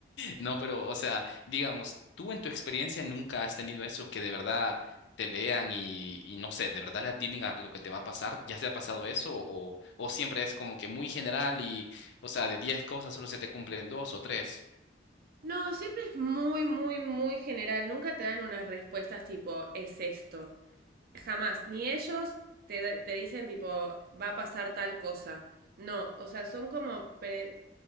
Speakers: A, on the left (about 65°); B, on the right (about 55°).
A: No, pero, o sea, digamos, tú en tu experiencia nunca has tenido eso que de verdad te lean y, y no sé, de verdad le atinen a lo que te va a pasar. ¿Ya se ha pasado eso? O, o siempre es como que muy general y, o sea, de 10 cosas solo se te cumplen dos o tres.
B: No, siempre es muy, muy, muy general. Nunca te dan unas respuestas tipo, es esto. jamás, ni ellos te, te dicen tipo, va a pasar tal cosa. No, o sea, son como... pre-